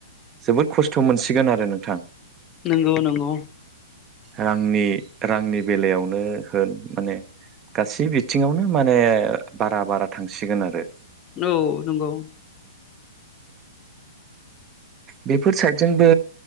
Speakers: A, on the right; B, on the left.
A: जोबोद खस्थ' मोनसिगोन आरो नोंथां
B: नंगौ नंगौ
A: रांनि रांनि बेलायावनो होन माने गासै बिथिंङावनो माने बारा बारा थांसिगोन आरो
B: औ नंगौ
A: बेफोर साइदजोंबो